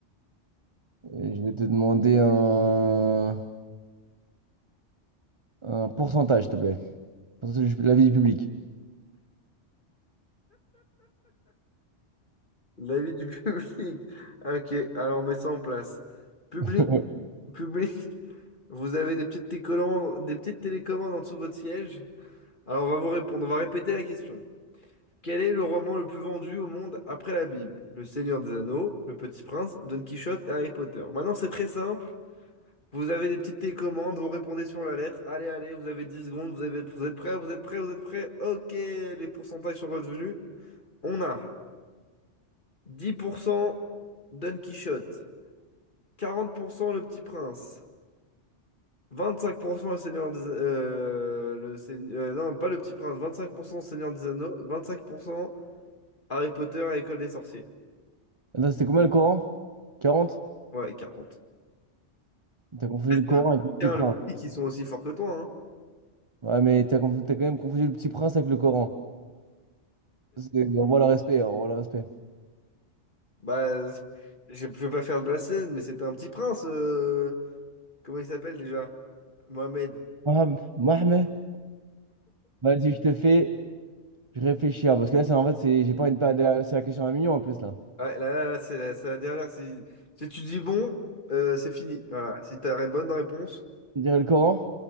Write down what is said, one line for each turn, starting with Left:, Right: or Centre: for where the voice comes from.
Right: Et je vais te demander un, un pourcentage, s'il te plaît. Pourcentage de l'avis du public.
Left: L'avis du <laughs> public. Ok, alors on met ça en place. Public,
Right: <laughs>
Left: public, vous avez des petites télécommandes, des petites télécommandes en dessous de votre siège. Alors on va vous répondre, on va répéter la question. Quel est le roman le plus vendu au monde après la Bible? Le Seigneur des Anneaux, Le Petit Prince, Don Quichotte et Harry Potter. Maintenant, c'est très simple. Vous avez des petites télécommandes, vous répondez sur la lettre. Allez, allez, vous avez 10 secondes, vous avez, vous êtes prêts, vous êtes prêts, vous êtes prêts. Ok, les pourcentages sont revenus. On a 10% Don Quichotte, 40% Le Petit Prince, 25% Le Seigneur des... euh, le Seigne- euh, non, pas Le Petit Prince, 25% Seigneur des Anneaux, 25% Harry Potter à l'École des Sorciers.
Right: Attends, c'était combien le Coran? Quarante
Left: Ouais, et 40.
Right: T'as confondu le Coran
Left: Le public,
Right: avec le Petit
Left: hein,
Right: Prince.
Left: le public, ils sont aussi forts que toi. hein.
Right: Ouais, mais t'as conf- t'as quand même confondu le Petit Prince avec le Coran. C'est- On voit le respect, hein, on voit le respect.
Left: Bah, <laughs> c'est- je je vais pas faire de blasphème, mais c'était un petit prince. euh, Comment il s'appelle déjà? Mohamed.
Right: Mohamed. Mohamed. Vas-y, je te fais je réfléchis, hein, parce que là, c'est en fait, c'est, j'ai pas une de perdre la- c'est la question à un million en plus, là.
Left: Ah, là, là, là, c'est c'est la dernière. Si, si tu dis bon, euh, c'est fini. Voilà. Si tu as bonne réponse.
Right: Tu dirais le Coran?